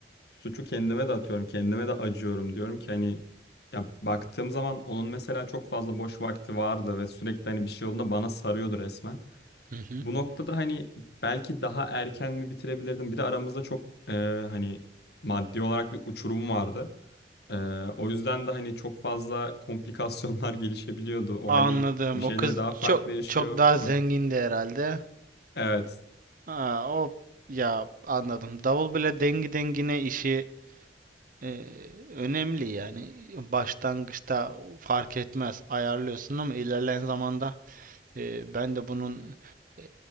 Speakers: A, on the left; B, on the right.
A: suçu kendime de atıyorum, kendime de acıyorum diyorum ki hani ya baktığım zaman onun mesela çok fazla boş vakti vardı ve sürekli hani bir şey olduğunda bana sarıyordu resmen.
B: Hı hı.
A: Bu noktada hani belki daha erken mi bitirebilirdim? Bir de aramızda çok e, hani maddi olarak bir uçurum vardı. E, o yüzden de hani çok fazla komplikasyonlar <laughs> gelişebiliyordu. O
B: Anladım.
A: hani bir şeyleri
B: O kız
A: daha farklı
B: çok
A: yaşıyor.
B: çok daha zengindi
A: Hı,
B: herhalde.
A: Evet,
B: Ha, o ya anladım. Davul bile dengi dengine işi e, önemli yani. Başlangıçta fark etmez ayarlıyorsun ama ilerleyen zamanda e, ben de bunun e,